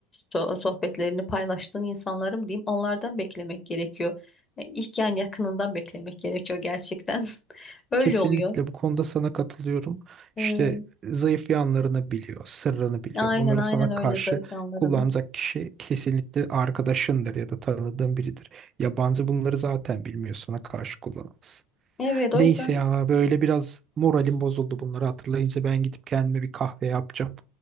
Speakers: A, on the left; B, on the right.
A: so- sohbetlerini paylaştığın insanlarım diyeyim onlardan beklemek gerekiyor. E, İlk yani yakınından beklemek gerekiyor gerçekten. <laughs> Öyle
B: Kesinlikle
A: oluyor.
B: bu konuda sana katılıyorum. İşte
A: Evet.
B: zayıf yanlarını biliyor, sırrını biliyor.
A: Aynen
B: Bunları
A: aynen
B: sana
A: öyle
B: karşı
A: zayıf yanlarını.
B: kullanacak kişi kesinlikle arkadaşındır ya da tanıdığın biridir. Yabancı bunları zaten bilmiyor, sana karşı kullanamaz.
A: Evet o
B: Neyse
A: yüzden.
B: ya böyle biraz moralim bozuldu bunları hatırlayınca ben gidip kendime bir kahve yapacağım.